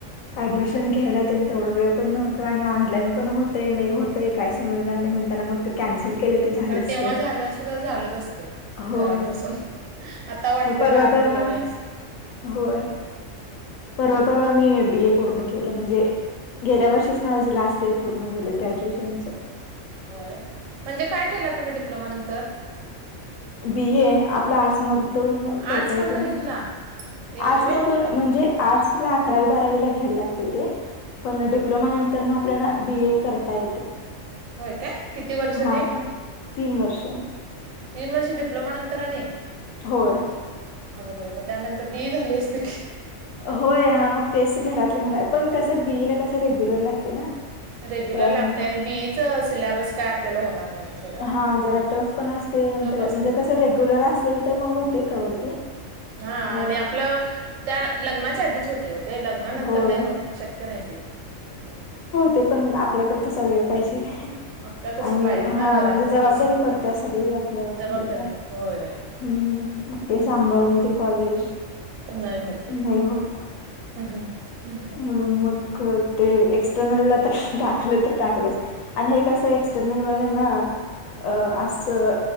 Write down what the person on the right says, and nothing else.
तर तेव्हा
झालं असंत तर झालंच असतं.
घरात बसून,, आता वाटतय
काय
दिलो नाही असंऽ
वय, म्हणजे काय केला तुम्ही डिप्लोमा नंतर,,,
आर्ट्स मधन
घेतला
येते
वे
हम्म
होय काय किती वर्ष
ते
तीन वर्ष डिप्लोमा नंतर आणि. <inaudible>
अगं बाई मग त्यानंतर बीए झाली असते कीऽ
रेग्युलर
लागतय,,
आणि बीएच सिलेबस काय आपल्याला होणार नाहीच.
असते
तो
हां,
आणि आपलं, त्या लग्नाच्या आधीच होत. ते होतेय, लग्नानंतर
नाही होत शक्य नाही ते.
आपला तसं
पाहिजे
ना घरात
पण
तसं
जबाबदारी
होय.
नाही होत ते,
असा हम्म.